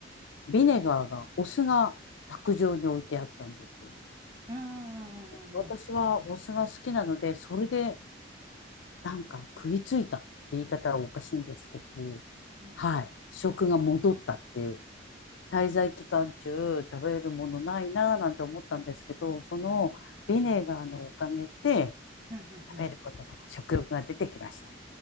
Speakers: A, on the left (about 75°); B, on the right (about 25°).
A: ビネガーが、お酢が卓上に置いてあったんですよ。
B: うんうんうんうんうん。
A: 私はお酢が好きなので、それでなんか食いついたって言い方はおかしいんですけど、
B: うんうん。
A: はい、食が戻ったっていう。滞在期間中食べるものないなぁなんて思ったんですけど、そのビネガーのおかげで
B: うんうんうん。
A: 食べることが、
B: っ
A: 食欲が出てきました。